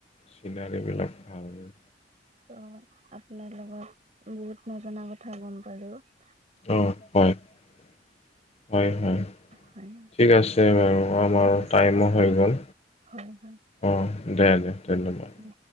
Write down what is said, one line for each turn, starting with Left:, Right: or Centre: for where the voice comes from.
Left: চিনাৰি বিলাক ভাল৷
Right: তো মানে আপোনাৰ লগত বহুত নজনা কথা গম পালোঁ৷
Left: অঁ হয়-হয়-হয়৷
Right: হয়
Left: ঠিক আছে বাৰু আমাৰ
Right: ঠিক আছে
Left: টাইমো হৈ গ'ল৷
Right: হয় হয়
Left: অঁ দে-দে ধন্যবাদ৷
Right: দে